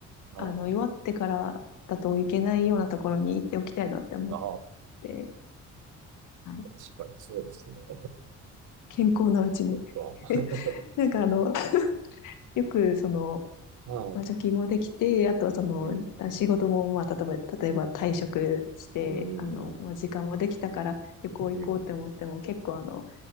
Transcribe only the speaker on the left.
あの、弱ってからだといけないようなところに行っておきたいなって思っ
て、はい。
健康なうちに。
<laughs>
なんかあの、よくその、
まあ、貯金もできて、あとはその、
仕事も、まあ、例えば、例えば退職して、
あの、
まあ、時間もできたから旅行行こうって思っても、
結構あの、